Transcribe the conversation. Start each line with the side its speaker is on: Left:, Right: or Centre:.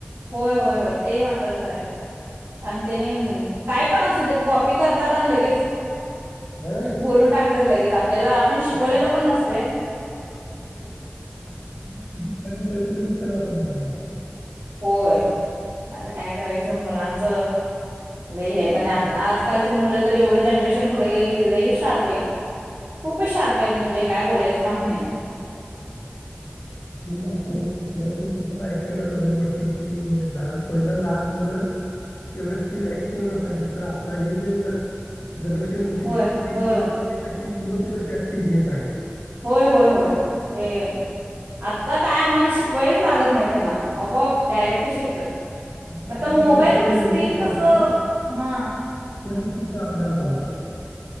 Right: होय होय होय ते मात्र खरंय आणि त्यांनी काय पण असू देत कॉपी करतात आणि लगेच
Left: हा
Right: बोलून टाकतात लगेच आपल्याला आपण
Left: ते
Right: शिकवलेला पण नसतय.
Left: ते आ तुम्हाला कधी काय बोलायचं लगेच त्यांना समजालय आता.
Right: होय आता काय करायचं मुलां च लई
Left: नाही
Right: हे येत आणि
Left: आता जे
Right: आजकालची मुलं तर एवढं जनरेशन पटकन पुढ गेलं की लई शार्प आहेत.
Left: <unintelligible>
Right: खूपच शार्प आहेत म्हणजे काय बोलायचं काम नाही
Left: आपल्या ते सुद्धा ऐकायला नवल वाटते कि लहान पहिलं लहान मुलं एवढे स्पीड ऍक्टिव्ह नसायची तर आता हे जे जनरेशन मध्ये
Right: होय
Left: जे स्पीड
Right: होय
Left: मध्ये चाले ना ही मुलं सुद्धा त्याच स्पीडनेच आहेत.
Right: होय होय होय ते आता काय म्ह शिकवायच लागत नाही त्यांना. आपोआप डायरेक्ट शिकतात.
Left: आपल्याला
Right: आता मोबाईल
Left: काही गोष्टी
Right: वर स्क्रीन
Left: माहित नसतात
Right: कसं
Left: ना त्या
Right: हा
Left: गोष्टी ते आपल्याला सांगतात.